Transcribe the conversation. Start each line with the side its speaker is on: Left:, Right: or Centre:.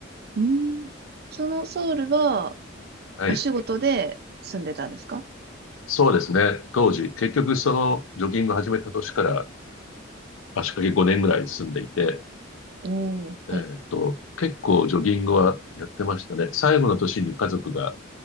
Right: うん。そのソウルは
Left: はい。
Right: お仕事で住んでたんですか
Left: そうですね。当時、結局そのジョギング始めた年から足掛け5年ぐらい住んでいて、
Right: おー、はい。
Left: えーっと、結構ジョギングはやってましたね。最後の年に家族が